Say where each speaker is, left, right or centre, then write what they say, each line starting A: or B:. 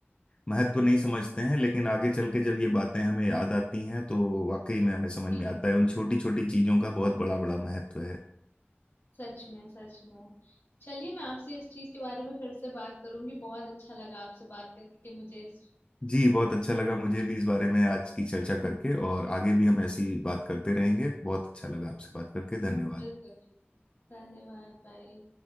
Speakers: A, on the left (about 25°); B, on the left (about 65°).
A: महत्व नहीं समझते हैं लेकिन आगे चल के जब ये बातें हमें याद आती हैं तो वाकई में हमें समझ में
B: जी
A: आता है उन छोटी छोटी चीजों का बहुत बड़ा बड़ा महत्व है
B: सच में सच में चलिए मैं आपसे इस चीज के बारे में फिर से बात करूंगी बहुत अच्छा लगा आपसे बात करके मुझे इस
A: जी बहुत अच्छा लगा मुझे भी इस बारे में आज की चर्चा करके और आगे भी हम ऐसी बात करते रहेंगे बहुत अच्छा लगा आपसे बात करके धन्यवाद
B: बिल्कुल बिल्कुल। धन्यवाद बाय